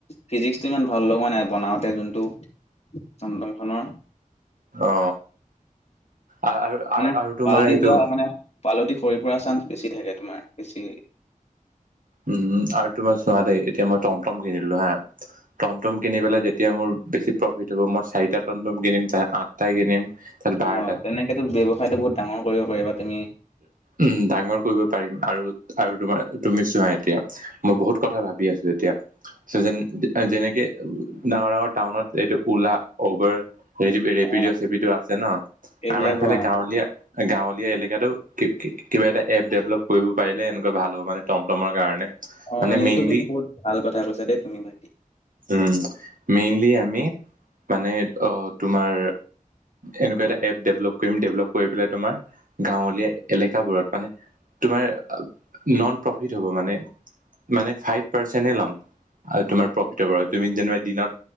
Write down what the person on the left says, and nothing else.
ফিজিক্সটো ইমান ভাল লগা নাই বনাওঁতে যোনটো টম টম খনৰ
মানে
পালটি
যোৱা মানে পালতি সৰি পৰা চান্স বেছি থাকে। তোমাৰ বেছি
অ তেনেকেতো ব্যৱসায়তটো বহুত ডাঙৰ কৰিব পাৰিবা তুমি।
অ
এইবিলাক
অ
অ,
এইটো
কিন্তু বহুত ভাল কথা কৈছা দেই তুমি ভাইটি।